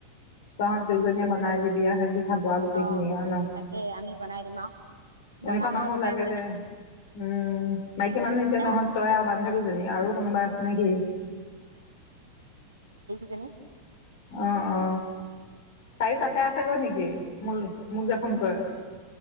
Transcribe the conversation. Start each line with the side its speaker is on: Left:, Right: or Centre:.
Left: তহঁত দুজনীয়া বনাই দিবি যা সে খাব আৰু গোটেইখিনিয়ে
Right: অ
Left: আৰু ন,
Right: তাকেই আমি বনাই দিম আৰু বনাম
Left: এনেকুৱা মানুহ
Right: আৰু গোটেই
Left: লাগে
Right: কেইজনী
Left: যে উম! মাইকী মানুহ এতিয়া
Right: ন
Left: তহঁত তই আৰু বান্ধৱীজনী আৰু কোনোবা আছে নেকি?
Right: জনি
Left: উম! উ! তাইয়ো তাতে
Right: উম
Left: আছেগৈ নেকি? মূল মোক যে ফোন কৰে